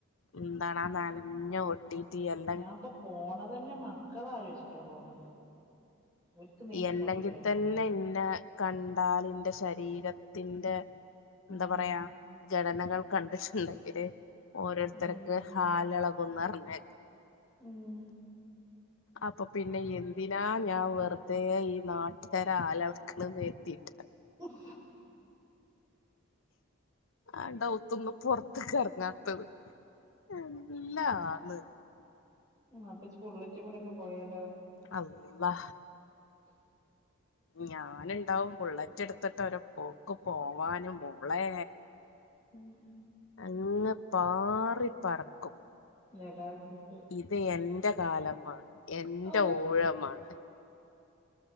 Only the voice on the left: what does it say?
എന്താണ് ആ നനഞ്ഞ ഠിട്ടിതില്ല
ഈ അല്ലെങ്കിൽ
തന്നെ എന്ന കണ്ടാൽി എന്റെ ശരീരത്തിന്റെ എന്താ
പറയാ ഘടനകൾ കണ്ടിട്ടുണ്ടെങ്കില് ഓരോരുത്തർക്ക്
ഹാലിളകുന്ന പറഞ്ഞ
അപ്പൊ പിന്നെ എന്തിനാ ഞാൻ വെറു ത ഈ നാട്ടുകർ ആലൾക്കണ വത്തിയിട്ട്
ആണ്ടത്തൊന്ന് പുൊറത്തൊക്കെ ഇറങ്ങാത്തത് എല്ലാ ആന്ന്
അള്ള
ഞാനുണ്ടാവും ബുള്ളറ്റ് എടുത്തിട്ട് ഒരു പോക്ക് പോവാന പുളേ
അങ്ങെ പാറി പറക്കും
ഇത് എന്റെ കാലമാണ് എന്റെ
ഊഴമാണ്.